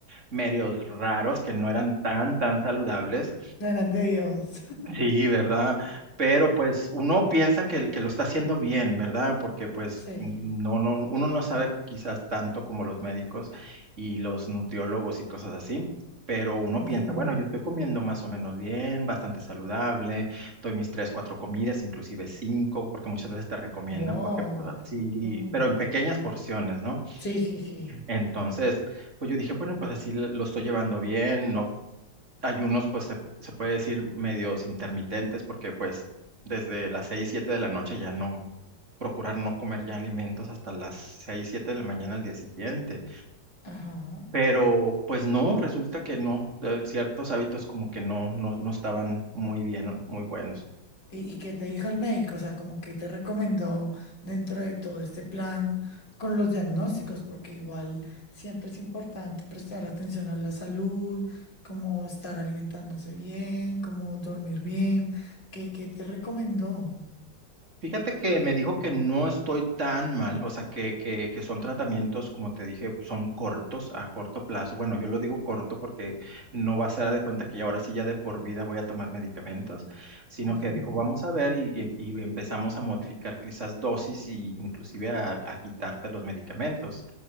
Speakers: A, on the right; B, on the left.
A: medios raros que no eran tan, tan saludables.
B: No Eran de Dios. <laughs>
A: Sí, ¿verdad? Pero pues uno piensa que, el que lo está haciendo bien, ¿verdad? Porque pues
B: Sí.
A: no, no, uno no sabe quizás tanto como los médicos y los nutriólogos y cosas así, pero uno
B: Ujú.
A: piensa, bueno, yo estoy comiendo más o menos bien, bastante saludable, doy mis tres, cuatro comidas, inclusive cinco, porque muchas veces te recomiendan,
B: Wow.
A: porque pues así,
B: Mm.
A: pero en pequeñas porciones, ¿no?
B: Sí, sí, sí.
A: Entonces, pues yo dije, bueno, pues así lo lo estoy llevando bien, no ayunos, pues se, se puede decir medios intermitentes, porque pues desde las 6 7 de la noche ya no, procurar no comer ya alimentos hasta las 6 7 de la mañana al día siguiente.
B: Ajá.
A: Pero pues no, resulta que no, eh, ciertos hábitos como que no, no, no estaban muy bien, muy buenos.
B: ¿Y, y qué te dijo el médico? O sea, como que te recomendó dentro de todo este plan con los diagnósticos, porque igual siempre es importante prestar atención a la salud, como estar alimentándose bien, como dormir bien. ¿Qué, qué te recomendó?
A: Fíjate que me dijo que no estoy tan mal, o sea, que, que, que son tratamientos, como te dije, pues, son cortos, a corto plazo. Bueno, yo lo digo corto porque no va a ser haz de cuenta que ya ahora sí ya de por vida voy a tomar medicamentos, sino
B: Ujú,
A: que dijo, vamos a ver y, y- y empezamos a modificar quizás dosis y inclusive a, a quitarte los medicamentos.